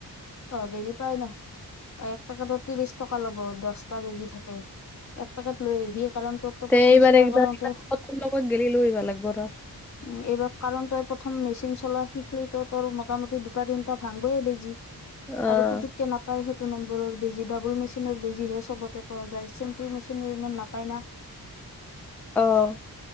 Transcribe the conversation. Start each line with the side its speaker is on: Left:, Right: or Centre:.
Left: অ বেজি পায় নহয়? অ এক পেকেটত ত্ৰিশ টকা ল'ব। দছটা বেজি থাকে। এক পেকেট লৈ আহিবি কাৰণ তোৰতো
Centre: তে
Left: প্ৰথম
Centre: এইবাৰ
Left: চিলাই
Centre: একবাৰত
Left: কৰাওঁতে
Centre: লগত গেলি লৈ আইব লাগব ৰ।
Left: উম এইবাৰ কাৰণ তই প্ৰথম মেচিন চলোৱা শিকিলি তই তোৰ মোটামুটি দুটা তিনটা ভাংবয়ে বেজি।
Centre: অ',
Left: আৰু পুতুককে নাপায় সেই নম্বৰ। বেজি ডাবল মেচিনত বেজি হে চবতে। পোৱা যায় চেম্পুল মেচিনো ইমান নাপায় না।
Centre: অহ